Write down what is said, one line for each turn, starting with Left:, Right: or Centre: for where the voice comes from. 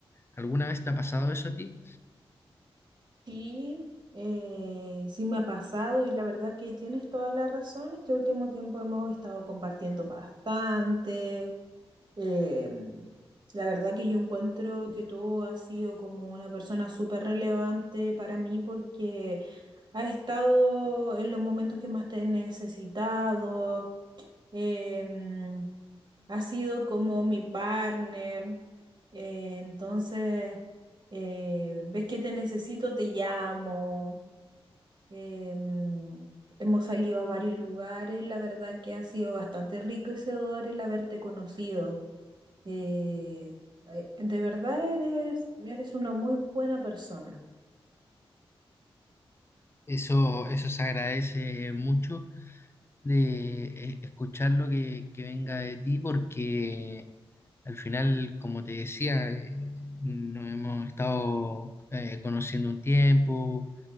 Left: ¿Alguna vez te ha pasado eso a ti?
Right: Sí, Eh, sí me ha pasado y la verdad que tienes toda la razón. Este último tiempo hemos estado compartiendo bastante. Em, la verdad que yo encuentro que tú has sido como una persona súper relevante para mí porque has estado en los momentos que más te he necesitado. Em, ha sido como mi partner. eh, entonces, eh, ves que te necesito, te llamo. em, hemos salido a varios lugares. La verdad que ha sido bastante enriquecedor el haberte conocido. eh, eh, de verdad eres, eres una muy buena persona.
Left: Eso, eso se agradece mucho de eh, escuchar lo que, que venga de ti porque al final, como te decía, eh, nos hemos estado eh, conociendo un tiempo,